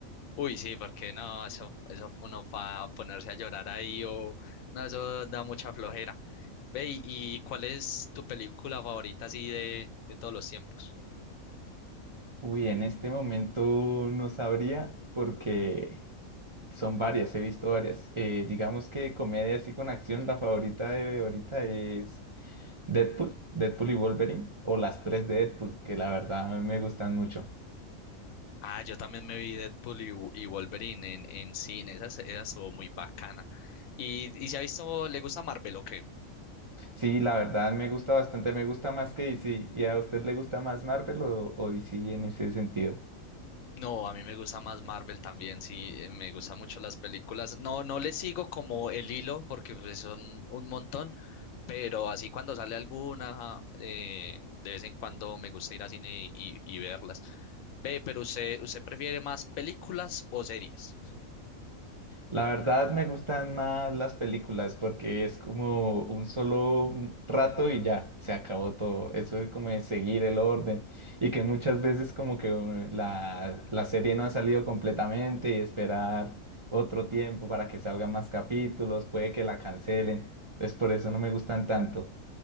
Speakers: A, on the left; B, on the right.
A: Uy, sí, porque no, eso, eso uno va a ponerse a llorar ahí o no, eso da mucha flojera. Ve, ¿y y cuál es tu película favorita así de, de todos los tiempos?
B: Uy, en este momento no sabría porque son varias, he visto varias. Eh, digamos que comedia así con acción, la favorita de ahorita es Deadpool, Deadpool y Wolverine, o las tres de Deadpool, que la verdad me gustan mucho.
A: Ah, yo también me vi Deadpool y, Wo- y Wolverine en, en cine, esa, se- esa estuvo muy bacana. ¿Y, y se ha visto, le gusta Marvel o qué?
B: Sí, la verdad me gusta bastante, me gusta más que DC. ¿Y a usted le gusta más Marvel o, o DC en ese sentido?
A: No, a mí me gusta más Marvel también, sí, eh, me gustan mucho las películas. No, no le sigo como el hilo porque pues, son un montón, pero así cuando sale alguna, eh, de vez en cuando me gusta ir al cine y, y- y verlas. Ve, pero usted, ¿usted prefiere más películas o series?
B: La verdad me gustan más las películas porque es como un solo rato y ya, se acabó todo. Eso de como de seguir el orden y que muchas veces como que uh, la, la serie no ha salido completamente y esperar otro tiempo para que salgan más capítulos, puede que la cancelen. Entonces por eso no me gustan tanto.